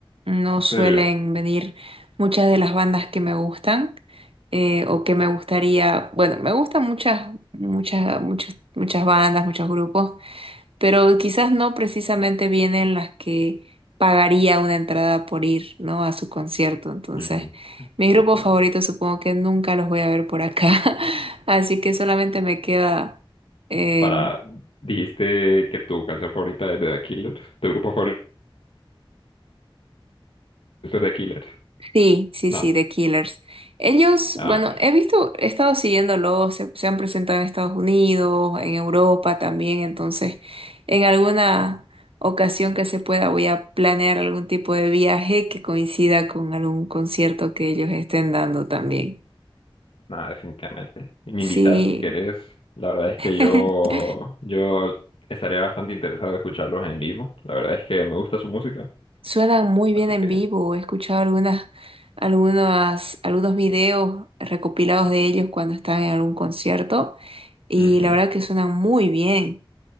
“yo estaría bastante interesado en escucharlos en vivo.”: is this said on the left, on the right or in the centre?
Left